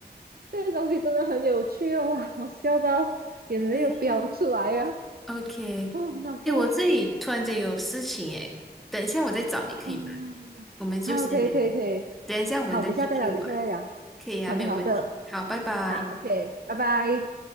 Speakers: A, on the right; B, in the centre.
A: 这个东西真的很有趣哦，<laughs> 哇，我笑到眼泪又飙出来呀、
B: 对呀 OK，
A: 哦，很好笑，
B: 哎，我这里突然间有事情哎，等一下我再找你可以吗？
A: 哦，
B: 我们就先聊，
A: 好，可以，可以，可以，
B: 等一下我们再继续玩，
A: 好，等一下再聊，等一下再聊，
B: 可以啊，
A: 好的，
B: 没有问题。
A: 好的，
B: 好，拜拜。
A: 好，OK，拜拜。